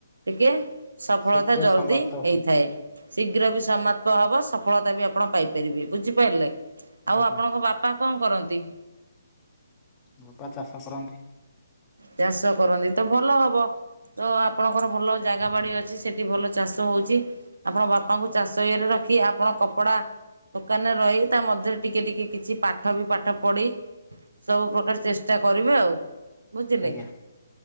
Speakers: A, on the right; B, on the left.
A: ଟିକେ ସଫଳତା
B: ଶୀଘ୍ର
A: ଜଲଦି
B: ସମାପ୍ତ
A: ହେଇଥାଏ,।
B: ହୁଏ
A: ଶୀଘ୍ର ବି ସମାପ୍ତ ହବ ସଫଳତା ବି ଆପଣ ପାଇପାରିବେ ବୁଝିପାରିଲେ। ଆଉ
B: ଆଜ୍ଞା।
A: ଆପଣଙ୍କ ବାପା କଣ କରନ୍ତି?
B: ବାପା ଚାଷ କରନ୍ତି।
A: ଚାଷ କରନ୍ତି ତ ଭଲ ହବ। ତ ଆପଣଙ୍କର ଭଲ ଜାଗା ବାଡ଼ି ଅଛି ସେଠି ଭଲ ଚାଷ ହୋଉଚି। ଆପଣ ବାପାଙ୍କୁ ଚାଷ ଇଏରେ ରଖି ଆପଣ କପଡ଼ା ଦୋକାନରେ ରହି ତା ମଧ୍ୟରେ ଟିକେ ଟିକେ କିଛି ପାଠ ବି ପାଠ ପଢ଼ି ସବୁ ପ୍ରକାର ଚେଷ୍ଟା କରିବେ ଆଉ। ବୁଝିଲେ?
B: ଆଜ୍ଞା